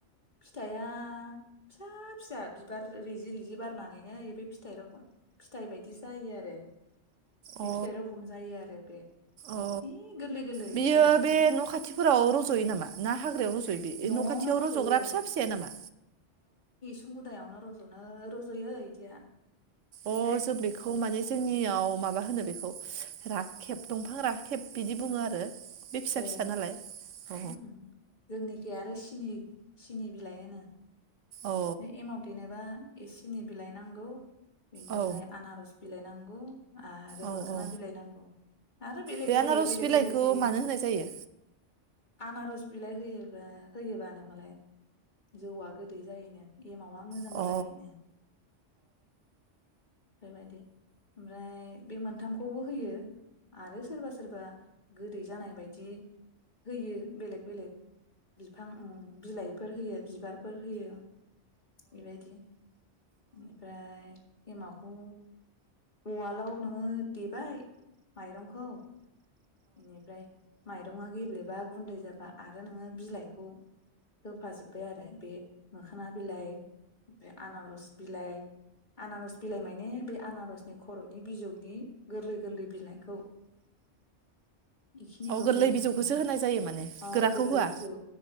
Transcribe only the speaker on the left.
फिथाइआ फिसा फिसा बिबार रिजि रिजि बारनानैनो एबो फिथाइ रखम फिथाइ बायदि जायो आरो बे
फिथाइ रखम जायो आरो बे
इ गोरलै गोरलै
ओमफाय
न'आवनो
रज'यो
उखुम मुदायावनो रज'नो रज'यो ओय बिदिया
ए
ओम ओम जोंनिखि आरो सिनि सिनि बिलाइ होनो
बे एमाव देनोबा ए सिनि बिलाइ नांगौ बेनिफ्राय
आनारस बिलायनांगौ आरो
मोखोना
बिलाइ नांगौ आरो बेलेग
जायगायाव
बेलेग
बेलेग होयो
आनारस बिलाइ होयो होयोबानो मालाय जौआ गोदै जायोनो एमावा मोजां
जायोनो बेबायदि ओमफ्राय बे मोनथामखौबो होयो आरो सोरबा सोरबा गोदै जानाय बायदि होयो बेलेग बेलेक बिफां उम बिलाइफोर होयो बिबारफोर होयो बेबायदि ओमफ्राय एमाखौ उवालाव नोङो देबाय माइरंखौ इनिफ्राय माइरंङा गेब्लेबा गुन्दै जाबा आरो नोंङो बिलाइखौ होफाजोब्बाय आरो बे मोखोना बिलाइ ओमफ्राय आनारस बिलाइ आनारस बिलाइ माने बे आनारसनि खर'नि बिजौनि गोरलै गोरलै बिलाइखौ इखिनिखौ
होयो
एने
ओ
गोरलै
बिजौ